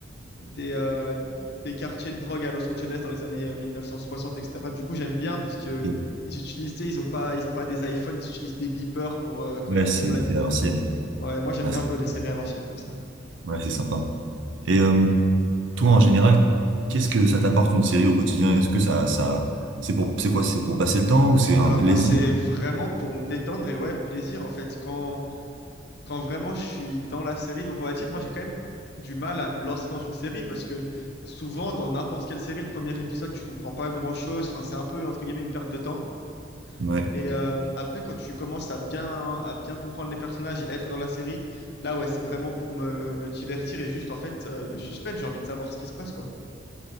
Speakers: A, on the left; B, on the right.
A: des, euh, des quartiers de drogue à Los Angeles dans les années euh, 1960, etc. Du coup, j'aime bien parce que
B: Ok.
A: ils utilisent, tu sais, ils ont pas, ils ont pas des iPhones, ils utilisent des beepers pour euh, quand
B: Ouais,
A: il y a un
B: c'est
A: problème,
B: c'est
A: etc.
B: à l'ancienne.
A: Ouais, moi j'aime
B: Ouais,
A: bien
B: c'est
A: un peu les séries à l'ancienne comme ça.
B: ouais, c'est sympa. Et euh, toi, en général, qu'est-ce que ça t'apporte une série au quotidien? Est-ce que ça, ça, c'est pour, c'est quoi? C'est pour passer le temps ou c'est un
A: Alors
B: plaisir?
A: moi c'est vraiment pour me détendre et ouais, plaisir en fait quand quand vraiment je suis dans la série. Donc on va dire moi j'ai quand même du mal à me lancer dans une série parce que souvent dans n'importe quelle série le premier épisode tu comprends pas grand-chose, enfin c'est un peu entre guillemets une perte de temps.
B: Ouais,
A: Mais euh, après, quand tu commences à bien, à bien comprendre les personnages et être dans la série, là, ouais, c'est vraiment pour me, me divertir et juste, en fait, euh, le suspense, j'ai envie de savoir ce qui se passe, quoi.